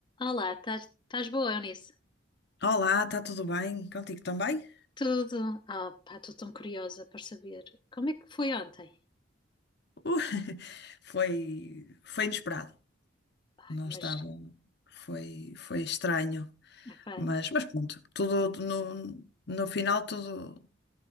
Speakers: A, on the left; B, on the left.
A: Olá, estás estás boa, Eunice?
B: Olá, está tudo bem? Contigo também?
A: Tudo? Ah, pá, estou tão curiosa para saber como é que foi ontem.
B: Uh, <laughs> foi, foi inesperado.
A: Ai,
B: Não estava.
A: mas,
B: Foi, foi estranho.
A: epá,
B: Mas, mas pronto, tudo no, no final tudo,